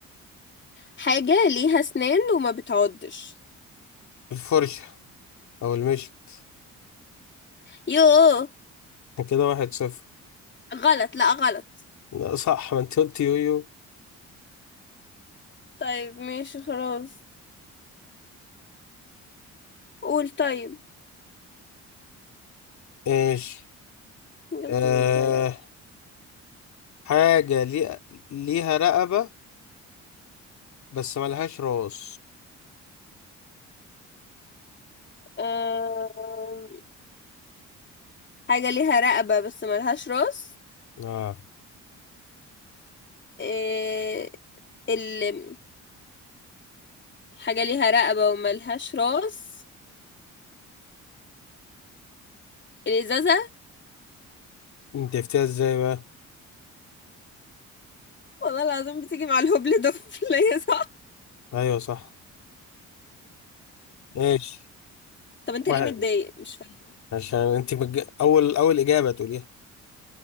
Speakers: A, on the left; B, on the left.
A: حاجة ليها اسنان وما بتعضش
B: الفرشة او المشط
A: يوه
B: كده واحد صفر
A: غلط لا غلط
B: لا صح ما انت قلت يويو
A: طيب ماشي خلاص قول طيب
B: ايش
A: جبت
B: آه
A: متضايقة
B: حاجة لي... ليها رقبة بس ملهاش راس
A: أم... حاجة ليها رقبة بس ملهاش راس
B: اه
A: إيه... ال... حاجة ليها رقبة وملهاش راس الإزازة
B: انت عرفتيها ازاي بقى
A: والله العظيم بتيجي مع الهبل ده في ليا <laughs> صح
B: ايوه صح ماشي
A: طب انت
B: واحد
A: ليه متضايق مش فاهم
B: عشان انت بج... اول اول اجابة تقوليها